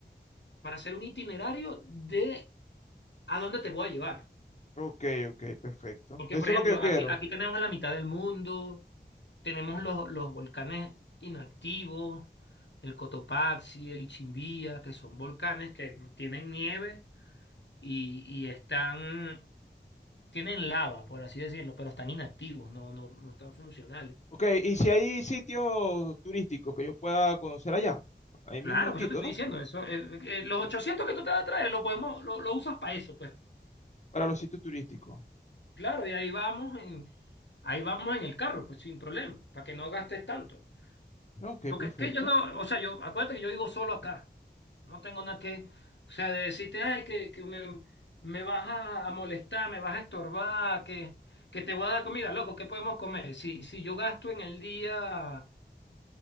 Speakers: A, on the left; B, on the left.
A: para hacer un itinerario de a dónde te voy a llevar.
B: ok, ok, perfecto.
A: Porque,
B: Eso
A: por ejemplo,
B: es lo que yo quiero.
A: aquí, aquí tenemos la mitad del mundo, tenemos los, los volcanes inactivos, el Cotopaxi, el Ichimbía, que son volcanes que tienen nieve y, y están, tienen lava, por así decirlo, pero están inactivos, no, no, no están funcionales.
B: Ok, y si hay sitios turísticos que yo pueda conocer allá, ahí mismo
A: Claro,
B: en
A: por
B: Quito,
A: eso te estoy
B: ¿no?
A: diciendo, eso, eh, eh, los ochocientos que tú te vas a traer, lo podemos, lo, lo usas para eso, pues.
B: Para los sitios turísticos.
A: Claro, y ahí vamos en, ahí vamos en el carro, pues sin problema, para que no gastes tanto.
B: Ok,
A: Porque
B: perfecto.
A: es que yo no, o sea, yo, acuérdate que yo vivo solo acá. No tengo nada que, o sea, de decirte, ay, que, que me, me vas a, a molestar, me vas a estorbar, que, que te voy a dar comida, loco, ¿qué podemos comer? Si, si yo gasto en el día